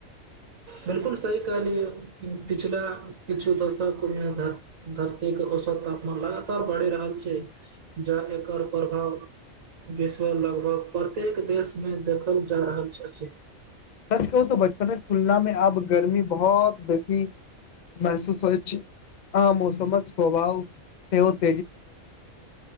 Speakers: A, on the right; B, on the left.
A: बिलकुल सही कहलियै, पिछला किछु दशकमे धर धरतीके औसत तापमान लगातार बढ़ि रहल छै, ज एकर प्रभाव विश्व लगभग प्रत्येक देशमे देखल जा रहल अछि।
B: सच कहू त बचपन तुलना मे अब गर्मी बहुत बेसी महसूस होइ, अमौसमक स्वभाव सेहोत।